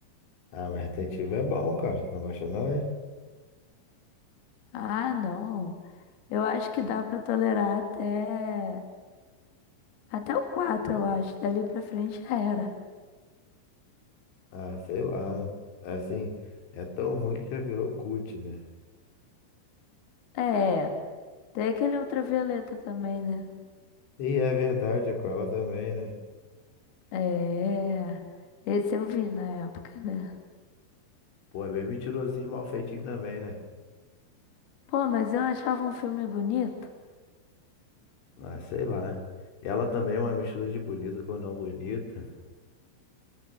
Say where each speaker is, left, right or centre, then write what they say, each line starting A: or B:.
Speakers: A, on the left (about 80°); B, on the left (about 60°).
A: Ah, mas Resident Evil é bom, cara. Tu não gosta não, é?
B: Ah, não. Eu acho que dá pra tolerar até. Até o 4 eu acho. Dali pra frente já era.
A: Ah, sei lá. É Assim, é tão ruim que já virou cult, né?
B: É. Tem aquele ultravioleta também, né?
A: E é verdade, é com ela também, né?
B: É. Esse eu vi na época, né?
A: Pô, é bem mentirosinho e mal feitinho também, né?
B: Pô, mas eu achava um filme bonito.
A: Ah, sei lá. Ela também é uma mistura de bonita com não bonita.